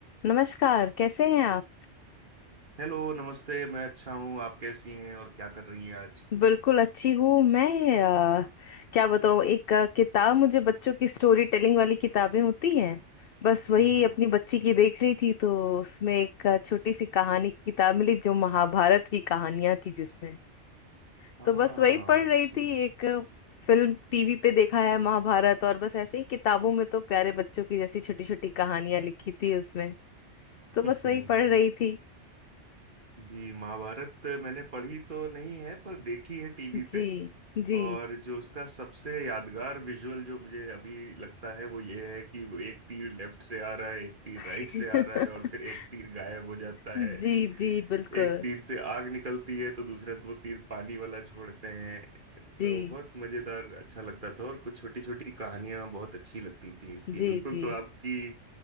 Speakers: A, on the left; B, on the right.
A: नमस्कार कैसे हैं आप
B: Hello नमस्ते मैं अच्छा हूँ आप कैसी हैं और क्या कर रही हैं आज
A: बिल्कुल अच्छी हूँ मैं अ, क्या बताऊँ एक अ, किताब मुझे बच्चों की स्टोरी टेलिंग वाली किताबें होती हैं बस वही
B: हम्म हम्म
A: अपनी बच्ची की देख रही थी तो उसमें एक अ, छोटी सी कहानी की किताब मिली जो महाभारत की कहानियां थी जिसमें
B: हाँ
A: तो बस वही पढ़
B: एक्चुअली
A: रही थी एक अ, फिल्म टीवी पे देखा है महाभारत और बस ऐसे ही किताबों में तो प्यारे बच्चों की जैसी छोटी छोटी कहानियां लिखी थी उसमें तो
B: <laughs>
A: बस वही पढ़ रही थी
B: जी महाभारत मैंने पढ़ी तो नहीं है पर देखी है टीवी
A: जी
B: पे
A: जी
B: और जो उसका सबसे यादगार विजुअल जो मुझे अभी लगता है वो ये है कि वो एक तीर लेफ्ट से आ रहा है एक तीर
A: <laughs>
B: राइट से आ रहा है और फिर एक तीर गायब हो जाता
A: जी
B: है
A: जी बिल्कुल
B: एक तीर से आग निकलती है तो दूसरा वो तीर पानी वाला छोड़ते हैं
A: जी
B: तो बहुत मजेदार अच्छा लगता था और कुछ छोटी छोटी कहानियां बहुत अच्छी लगती थी इसकी
A: जी
B: बिल्कुल
A: जी
B: तो आपकी